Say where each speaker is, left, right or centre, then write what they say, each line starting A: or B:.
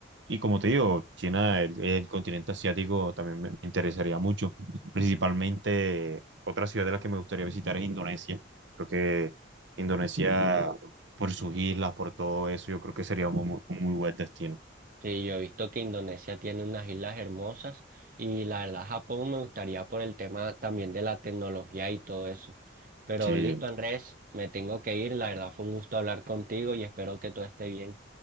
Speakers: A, on the right; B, on the right.
A: y como te digo, China, el, el continente asiático también me, me interesaría mucho. Principalmente, otra ciudad de la que me gustaría visitar es Indonesia. Creo que Indonesia, por sus islas, por todo eso, yo creo que sería un, muy un muy buen destino.
B: Sí, yo he visto que Indonesia tiene unas islas hermosas y la verdad Japón me gustaría por el tema también de la tecnología y todo eso. Pero
A: Sí,
B: listo, Andrés, me tengo que ir. La verdad fue un gusto hablar contigo y espero que todo esté bien.